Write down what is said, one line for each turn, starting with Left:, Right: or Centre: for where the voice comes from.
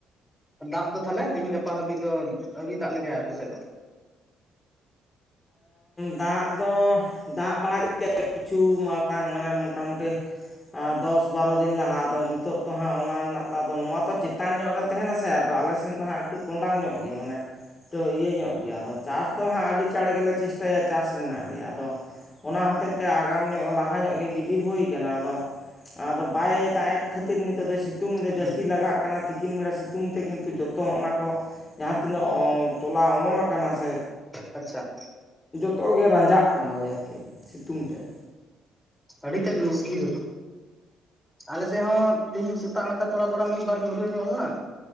Centre: ᱫᱟᱜ ᱫᱚ ᱛᱟᱦᱚᱞᱮ ᱛᱮᱦᱮᱧ ᱜᱟᱯᱟ ᱦᱟᱹᱵᱤᱡ ᱫᱚ ᱟᱹᱣᱨᱤ ᱫᱟᱜ ᱞᱮᱜᱟᱭ ᱟᱯᱮ ᱥᱮᱫ ᱫᱚ
Left: ᱫᱟᱜ ᱫᱚ ᱫᱟᱜ ᱵᱟᱲᱟ ᱠᱮᱫ ᱟ ᱠᱤᱪᱷᱩ ᱢᱟᱲᱟᱝ ᱢᱟᱱᱮ ᱢᱳᱴᱟᱢᱩᱴᱤ ᱫᱚᱥ ᱵᱟᱨᱚ ᱫᱤᱱ ᱞᱟᱦᱟ ᱟᱫᱚ ᱱᱤᱛᱳ ᱛᱚ ᱦᱟᱸᱜ ᱚᱱᱟ ᱨᱮᱱᱟᱜ ᱛᱚ ᱱᱚᱣᱟ ᱛᱚ ᱪᱮᱛᱟᱱ ᱧᱚᱜ ᱨᱮ ᱛᱟᱦᱮᱱᱟ ᱥᱮ ᱟᱫᱚ ᱟᱞᱮᱥᱮᱱ ᱫᱚ ᱦᱟᱸᱜ ᱮᱠᱴᱩ ᱴᱚᱸᱰᱟᱝ ᱧᱚᱜ ᱜᱮᱭᱟ ᱢᱟᱱᱮ ᱮᱠᱴ ᱤᱭᱟᱹ ᱧᱚᱜ ᱜᱮᱭᱟ ᱟᱫᱚ ᱪᱟᱥ ᱫᱚ ᱦᱟᱸᱜ ᱟᱹᱰᱤ ᱪᱟᱬ ᱜᱮᱞᱮ ᱪᱮᱥᱴᱟᱭᱟ ᱪᱟᱥ ᱨᱮᱱᱟᱜ ᱜᱮ ᱟᱫᱚ ᱚᱱᱟ ᱦᱚᱛᱮᱜ ᱛᱮ ᱟᱜᱟᱢ ᱧᱚᱜ ᱞᱟᱦᱟ ᱧᱚᱜ ᱜᱮ ᱜᱤᱰᱤ ᱦᱩᱭ ᱠᱟᱱᱟ ᱟᱫᱚ ᱟᱫᱚ ᱵᱟᱭ ᱫᱟᱜ ᱮᱫ ᱠᱷᱟᱹᱛᱤᱨ ᱱᱤᱛᱳᱜ ᱫᱚ ᱥᱤᱛᱩᱝ ᱨᱮ ᱡᱟᱹᱥᱛᱤ
Centre: ᱦᱩᱸ
Left: ᱞᱟᱜᱟᱜ ᱠᱟᱱᱟ ᱠᱟᱱᱟ ᱛᱤᱠᱤᱱ ᱵᱮᱲᱟ ᱥᱤᱛᱩᱝ ᱛᱮ ᱠᱤᱱᱛᱩ ᱡᱚᱛᱚ ᱚᱱᱟ ᱠᱚ ᱡᱟᱦᱟᱸ ᱛᱤᱱᱟᱹᱜ ᱛᱚᱞᱟ ᱚᱢᱚᱱ ᱟᱠᱟᱱᱟ ᱥᱮ
Centre: ᱟᱪᱪᱷᱟ
Left: ᱡᱚᱛᱚᱜ ᱜᱮ ᱨᱟᱸᱡᱟᱜ ᱠᱟᱱᱟ ᱳᱭ ᱟᱨᱠᱤ ᱥᱤᱛᱩᱝ ᱛᱮ
Centre: ᱟᱹᱰᱤ ᱛᱮᱫ ᱢᱩᱥᱠᱤᱞ ᱟᱞᱮ ᱥᱮᱫ ᱦᱚᱸ ᱛᱮᱦᱤᱧ ᱥᱮᱛᱟᱜ ᱛᱷᱚᱲᱟ ᱛᱷᱚᱲᱟ ᱢᱤᱫᱵᱟᱨ ᱧᱩᱨᱦᱟᱹ ᱧᱚᱜ ᱞᱮᱱᱟ